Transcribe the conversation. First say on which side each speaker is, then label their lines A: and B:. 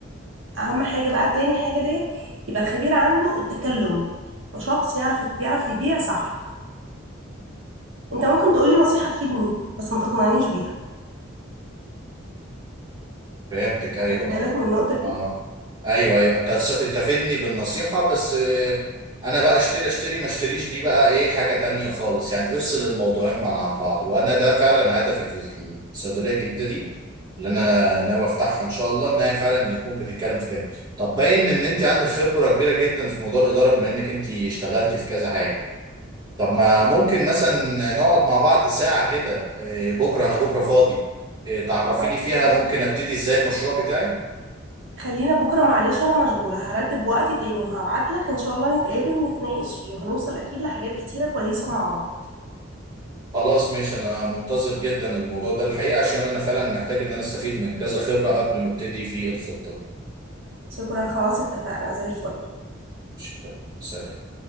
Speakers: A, on the right; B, on the right.
A: اهم حاجة بقى تاني حاجة ديت يبقى الخبير عنده التكلم يبقى شخص يعرف يعرف يبيع صح انت ممكن تقولي نصيحة تفيدني بس ما تقنعنيش بيها
B: فهمتك ايوه
A: اخدت بالك
B: طبعا
A: من النقطة دي
B: اه ايوه ايوه انت س- انت فدني بالنصيحة بس آه، انا بقى اشتري اشتري ما اشتريش دي بقى ايه حاجة تانية خالص يعني افصل الموضوعين مع- عن بعض وانا ده فعلا هدفي في الصيدلية الجديدة دي اللي انا ناوي افتحها ان شاء الله ان هي فعلا يكون بتتكلم في كده طب باين ان انت عندك خبرة كبيرة جدا في موضوع الإدارة بما انك انت اشتغلتي في كذا حاجة طب ما ممكن مثلا نقعد مع بعض ساعة كده إيه، بكرة أنا بكرة فاضي إيه، تعرفيني
A: طيب
B: فيها ممكن أبتدي إزاي المشروع بتاعي
A: خلينا بكرة معلش أنا مشغولة هرتب وقت تاني وهبعتلك إن شاء الله نتقابل نتناقش فيه وهنوصل أكيد لحاجات كتيرة كويسة مع بعض
B: خلاص ماشي أنا منتظر جدا الموضوع ده الحقيقة عشان أنا فعلا محتاج إن أنا أستفيد من كذا خبرة قبل ما أبتدي في الخطة دي
A: شكرا خلاص اتفقنا زي الفل
B: ماشي، تمام سلام